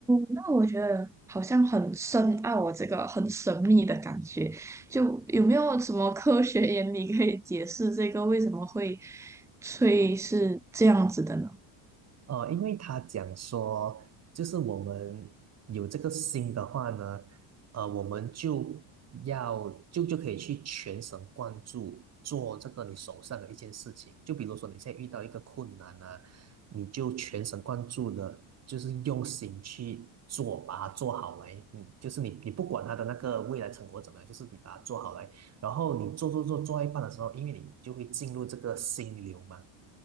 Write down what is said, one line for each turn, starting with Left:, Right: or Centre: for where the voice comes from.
Centre: 那我觉得好像很深奥哦，这个很神秘的感觉。就有没有什么科学 <laughs> 原理可以解释这个为什么会吹是这样子的呢？
Right: 呃，因为他讲说，就是我们有这个心的话呢，呃，我们就要就就可以去全神贯注做这个你手上的一件事情。就比如说你现在遇到一个困难啊，你就全神贯注的，就是用心去做，把它做好来。嗯，就是你你不管他的那个未来成果怎么样，就是你把它做好来。然后你做做做做到一半的时候，因为你就会进入这个心流嘛。